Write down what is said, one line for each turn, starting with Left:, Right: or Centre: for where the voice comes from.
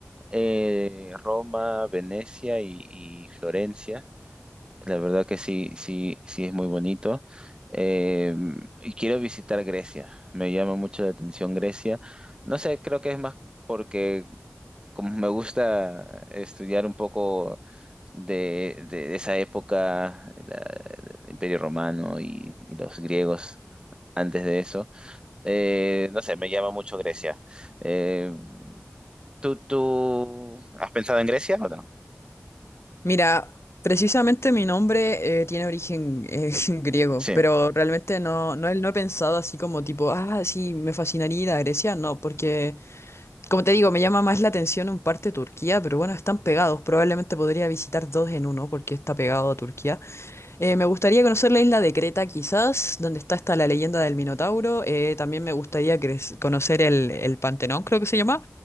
Right: eh, Roma, Venecia y, y Florencia. La verdad que sí, sí, sí es muy bonito. Eh, y quiero visitar Grecia. Me llama mucho la atención Grecia. No sé, creo que es más porque como me gusta estudiar un poco de, de esa época, la- el Imperio Romano y, y los griegos antes de eso, eh, no sé, me llama mucho Grecia. Eh, ¿tú, tú has pensado en Grecia o no?
Left: Mira, precisamente mi nombre eh, tiene origen eh, <laughs> griego,
Right: Sí,
Left: pero realmente no, no, he- no he pensado así como tipo, ah, sí, me fascinaría ir a Grecia, no, porque, como te digo, me llama más la atención en parte Turquía, pero bueno, están pegados, probablemente podría visitar dos en uno, porque está pegado a Turquía. Eh, me gustaría conocer la isla de Creta, quizás, donde está esta la leyenda del Minotauro, eh, también me gustaría cre- conocer el, el Pantenón, creo que se llama,